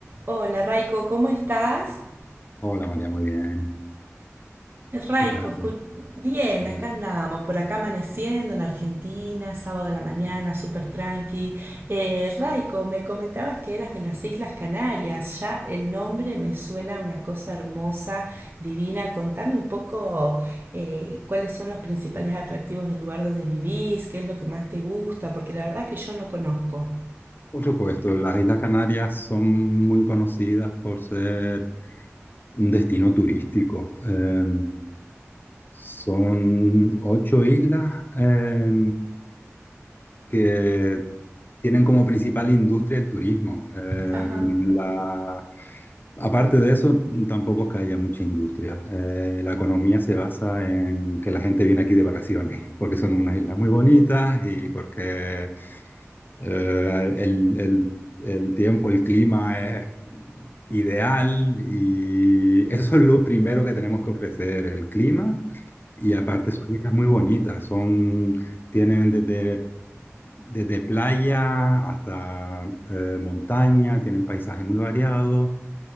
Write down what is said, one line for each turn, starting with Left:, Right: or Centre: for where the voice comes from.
Right: Hola Raiko, ¿cómo estás?
Left: Hola María, muy bien.
Right: Raiko,
Left: ¿Qué tal?
Right: escu- bien,
Left: Sí.
Right: acá andamos, por acá amaneciendo en Argentina, sábado de la mañana, súper tranqui. Eh, Raiko, me comentabas que eras de las Islas Canarias, ya el nombre me suena a una cosa hermosa, divina. Contame un poco eh, cuáles son los principales atractivos del lugar donde vivís, qué es lo que más te gusta, porque la verdad es que yo no conozco.
Left: Por supuesto, las Islas Canarias son muy conocidas por ser un destino turístico. Eh, son ocho islas eh, que tienen como principal industria el turismo. Eh,
Right: Ajá.
Left: la- aparte de eso, tampoco es que haya mucha industria. Eh, la economía se basa en que la gente viene aquí de vacaciones, <laughs> porque son unas islas muy bonitas y porque eh, el, el- el tiempo, el clima es ideal y eso es lo primero que tenemos que ofrecer, el clima. Y aparte son islas muy bonitas, son tienen desde, desde playa hasta eh, montaña, tienen paisajes muy variados